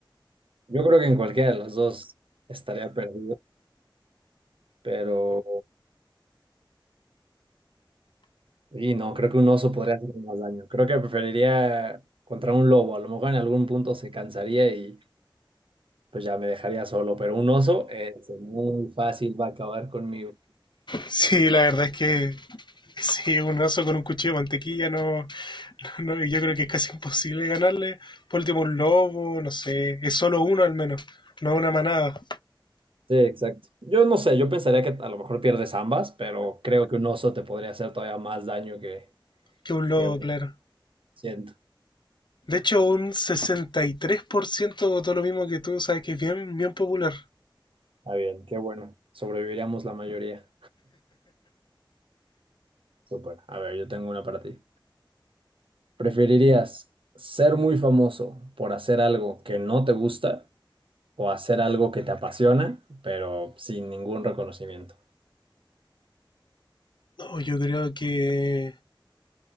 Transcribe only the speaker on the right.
Yo creo que en cualquiera de las dos estaría perdido, pero... Y no, creo que un oso podría hacerme más daño. Creo que preferiría contra un lobo. A lo mejor en algún punto se cansaría y pues ya me dejaría solo, pero un oso es muy fácil, va a acabar conmigo.
Sí, exacto. Yo no sé, yo pensaría que a lo mejor pierdes ambas, pero creo que un oso te podría hacer todavía más daño que,
que un
100.
Ah bien, qué bueno. Sobreviviríamos la mayoría. Súper. A ver, yo tengo una para ti. ¿Preferirías ser muy famoso por hacer algo que no te gusta o hacer algo que te apasiona, pero sin ningún reconocimiento?